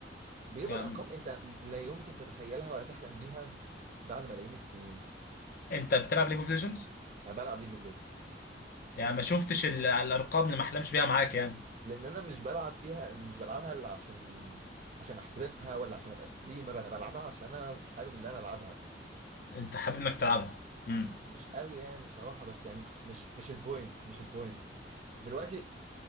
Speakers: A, on the right; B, on the left.
A: بيقبض
B: يعني
A: ارقام انت لا يمكن تتخيلها ولا تحلم بيها بعد ملايين السنين
B: انت بتلعب ليج اوف ليجندز
A: انا بلعب ليج اوف ليجندز
B: يعني ما شفتش ال- الارقام اللي ما احلمش بيها معاك يعني
A: لان انا مش بلعب فيها مش بلعبها الا عشان عشان احترفها ولا عشان ابقى ستريمر انا بلعبها عشان انا حابب اللي انا العبها
B: انت حابب انك تلعبها امم
A: مش قوي يعني بصراحه بس يعني مش مش البوينت مش البوينت دلوقتي